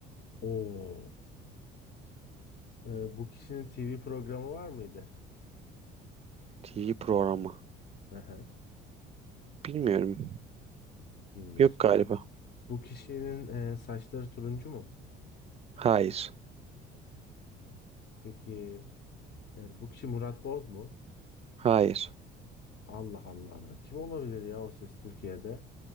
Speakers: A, on the left; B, on the right.
A: Oo. E, bu kişinin TV programı var mıydı?
B: TV programı.
A: Aha,
B: Bilmiyorum.
A: bilmiyorsun.
B: Yok galiba.
A: Bu kişinin e, saçları turuncu mu?
B: Hayır.
A: Peki. e, bu kişi Murat Boz mu?
B: Hayır.
A: Allah Allah. Kim olabilir ya o ses Türkiye'de?